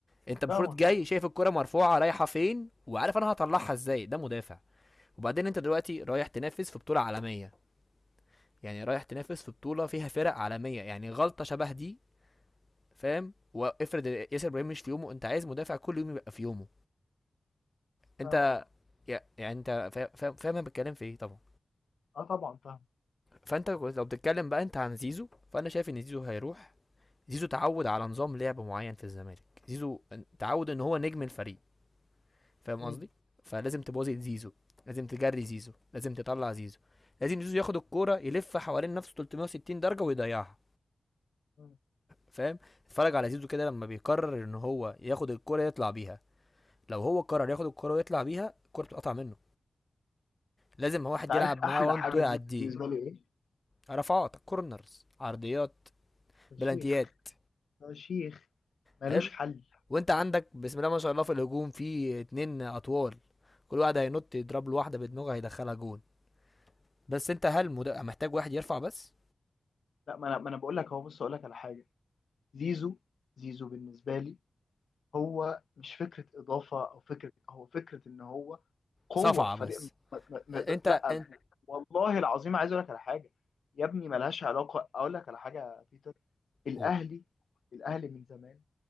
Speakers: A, on the left (about 25°); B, on the left (about 85°).
A: انت المفروض
B: فاهمه
A: جاي
B: طبعا
A: شايف الكرة مرفوعة رايحة فين وعارف انا هطلعها ازاي ده مدافع وبعدين انت دلوقتي رايح تنافس في بطولة عالمية يعني رايح تنافس في بطولة فيها فرق عالمية يعني غلطة شبه دي فاهم وافرض ياسر ابراهيم مش في يومه انت عايز مدافع كل يوم يبقى في يومه انت
B: فاهمه قصدي
A: يع- يعني انت فا- فاهم فاهم انا بتكلم في ايه طبعا
B: اه طبعا فاهمه
A: فانت لو بتتكلم بقى انت عن زيزو فانا شايف ان زيزو هيروح زيزو تعود على نظام لعب معين في الزمالك زيزو تعود ان هو نجم الفريق فاهم
B: امم
A: قصدي فلازم تبوظي زيزو لازم تجري زيزو لازم تطلع زيزو لازم زيزو ياخد الكوره يلف حوالين نفسه 360 درجه ويضيعها
B: أمم.
A: فاهم اتفرج على زيزو كده لما بيقرر ان هو ياخد الكوره يطلع بيها لو هو قرر ياخد الكوره ويطلع بيها الكوره بتقطع منه لازم واحد
B: انت عارف
A: يلعب
B: احلى
A: معاه وان
B: حاجه
A: تو يعديه
B: دي بالنسبه لي ايه؟
A: رفعات كورنرز عرضيات
B: يا شيخ
A: بلانتيات
B: يا شيخ ملوش
A: حلو
B: حل
A: وانت عندك بسم الله ما شاء الله في الهجوم في اتنين اطوال كل واحد هينط يضرب له واحده بدماغه هيدخلها جون بس انت هل مد... محتاج واحد يرفع بس
B: لا ما انا ما انا بقول لك اهو بص اقول لك على حاجه زيزو زيزو بالنسبه لي هو مش فكره اضافه او فكره هو فكره ان هو قوه
A: صفعه
B: في
A: بس
B: فريق م... م... م...
A: انت
B: لا
A: انت
B: والله العظيم عايز اقول لك على حاجه يا ابني ملهاش علاقه اقول لك على حاجه يا بيتر الاهلي
A: قول
B: الاهلي من زمان